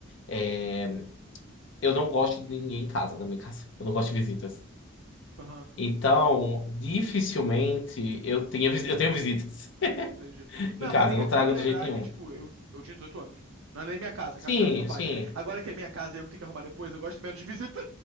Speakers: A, on the left; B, on the right.
A: é, eu não gosto de ninguém em casa, da minha <laughs> casa. Eu não gosto de visitas.
B: Aham.
A: Então, dificilmente eu tenha, vis- eu tenho visitas <laughs>
B: Entendi. Não,
A: em casa,
B: mas tem
A: eu
B: que,
A: não trago
B: tem que lembrar
A: de jeito nenhum.
B: que, tipo, eu, eu tinha 18 anos. Não era nem minha casa,
A: Sim,
B: a casa do meu pai.
A: sim.
B: Agora que é minha casa e eu que tenho que arrumar depois, eu gosto menos de visita.